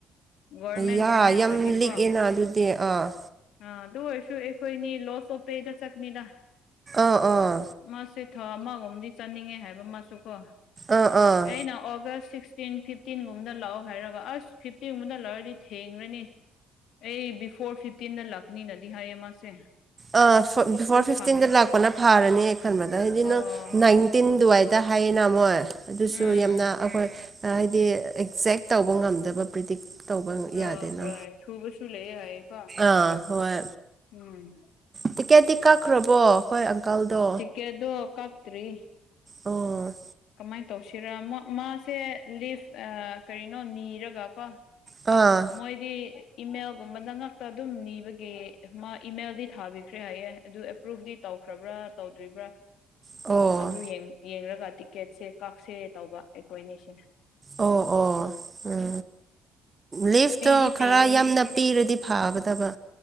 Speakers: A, on the left; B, on the right.
A: ꯒꯣꯔꯃꯦꯟꯒꯨꯝꯕ
B: ꯌꯥ
A: ꯅꯠꯇ꯭ꯔꯗꯤꯀꯣ
B: ꯌꯥꯝ ꯂꯤꯛꯑꯦꯅ ꯑꯗꯨꯗꯤ ꯑꯥ
A: ꯑꯥ ꯑꯗꯨ ꯑꯣꯏꯔꯁꯨ ꯑꯩꯈꯣꯏꯅꯤ ꯂꯣꯁ ꯑꯣꯣꯞꯄꯩꯗ ꯆꯠꯅꯤꯗ
B: ꯑꯥ ꯑꯥ
A: ꯃꯥꯁꯦ ꯊꯥ ꯑꯃꯒꯨꯝꯝꯗꯤ ꯆꯠꯅꯤꯡꯉꯦ ꯍꯥꯏꯕ ꯃꯆꯨꯀꯣ
B: ꯑꯥ ꯑꯥ
A: ꯑꯩꯅ ꯑꯣꯒꯁ ꯁꯤꯛꯁ ꯇꯦꯟ ꯐꯤꯐꯇꯤꯟꯒꯨꯝꯕꯗ ꯂꯥꯛꯑꯣ ꯍꯥꯏꯔꯒ ꯑꯁ ꯐꯤꯞꯇꯤꯟꯒꯨꯝꯕꯗ ꯂꯥꯛꯔꯗꯤ ꯊꯦꯡꯈ꯭ꯔꯅꯤ ꯑꯩ ꯕꯤꯐꯣꯔ ꯐꯤꯐꯇꯤꯟꯗ ꯂꯥꯛꯅꯤꯅꯗꯤ ꯍꯥꯏꯌꯦ ꯃꯥꯁꯦ
B: ꯑ ꯕꯤꯐꯣꯔ
A: ꯑꯗꯨ
B: ꯐꯤꯐꯇꯤꯟꯗ
A: ꯈꯪꯗꯦ
B: ꯂꯥꯛꯄꯅ ꯐꯥꯔꯅꯤ ꯈꯟꯕꯗ ꯍꯥꯏꯗꯤ
A: ꯑꯣ
B: ꯅꯪ ꯅꯥꯏ ꯇꯤꯟꯗꯨꯋꯥꯏꯗ ꯍꯥꯏꯌꯦꯅ ꯃꯣꯏ ꯑꯗꯨꯁꯨ
A: ꯎꯝ
B: ꯌꯥꯝꯅ ꯑꯩꯈꯣꯏ ꯍꯥꯏꯗꯤ ꯑꯦꯛꯖꯦꯛ ꯇꯧꯕ ꯉꯝꯗꯕ ꯄ꯭ꯔꯤꯗꯤꯛ ꯇꯧꯕ
A: ꯑ
B: ꯌꯥꯗꯦꯅ
A: ꯍꯣꯏ ꯊꯨꯕꯁꯨ ꯂꯩꯌꯦ ꯍꯥꯏꯌꯦꯀꯣ
B: ꯑꯥ ꯍꯣꯏ
A: ꯎꯝ
B: ꯇꯤꯛꯀꯦꯠꯇꯤ ꯀꯛꯈ꯭ꯔꯕꯣ ꯍꯣꯏ ꯑꯪꯀꯜꯗꯣ
A: ꯀꯦ ꯑꯗꯨ ꯀꯥꯛꯇꯔꯤ
B: ꯑꯣ
A: ꯀꯃꯥꯏꯅ ꯇꯧꯁꯤꯔ ꯃꯥꯁꯦ ꯂꯤꯐ ꯀꯔꯤꯅꯣ ꯅꯤꯔꯒ ꯀꯣ
B: ꯑ
A: ꯃꯣꯏꯗꯤ ꯏꯃꯦꯜꯒꯨꯝꯕ ꯅꯉꯥꯛꯛꯇ ꯑꯗꯨꯝ ꯅꯤꯕꯒꯤ ꯃꯥ ꯏꯃꯦꯜꯗꯤ ꯊꯥꯕꯤꯈ꯭ꯔꯦ ꯍꯥꯏꯌꯦꯦ ꯑꯗꯨ ꯑꯦꯄ꯭ꯔꯨꯚꯗꯤ ꯇꯧꯈ꯭ꯔꯕ꯭ꯔꯥ ꯇꯧꯗ꯭ꯔꯤꯕ꯭ꯔꯥ
B: ꯑꯣ
A: ꯑꯗꯨ ꯌꯦꯡꯂꯡꯒ ꯇꯤꯛꯀꯦꯠꯁꯦ ꯀꯛꯁꯦ ꯇꯧꯕ ꯑꯩꯈꯣꯏꯅꯤ ꯁꯤꯅꯦ
B: ꯑꯣ ꯑꯣ ꯎꯝ ꯂꯤꯐꯇꯣ
A: ꯄꯤꯗꯤ
B: ꯈꯔ
A: ꯄꯤꯒꯅꯤ
B: ꯌꯥꯝꯅ ꯄꯤꯔꯗꯤ ꯐꯥꯕꯗꯕ